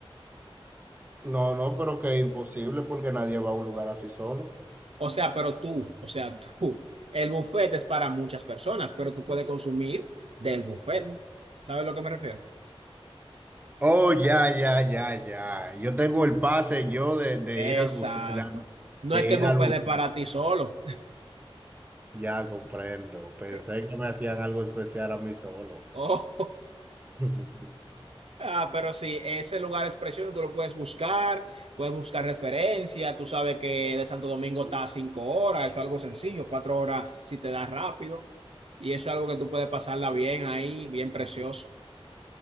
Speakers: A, on the right; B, on the right.
A: No, no, pero que es imposible porque nadie va a un lugar así solo.
B: O sea, pero tú, o sea, <laughs> tú, el buffet es para muchas personas, pero tú puedes consumir del buffet. ¿Sabes a lo que me refiero?
A: Oh, ya, ya, ya, ya. Yo tengo el pase yo de, de
B: Exacto.
A: ir al buce- de,
B: No
A: de
B: es que
A: ir
B: el buffet
A: al buceo.
B: es para ti solo.
A: Ya comprendo. Pensé
B: <laughs>
A: que me hacían algo especial a mí solo.
B: Oh.
A: <laughs>
B: Ah, pero sí, ese lugar es precioso, tú lo puedes buscar, puedes buscar referencia, tú sabes que de Santo Domingo está a cinco horas, eso es algo sencillo, cuatro horas si te das rápido, y eso es algo que tú puedes pasarla bien ahí, bien precioso.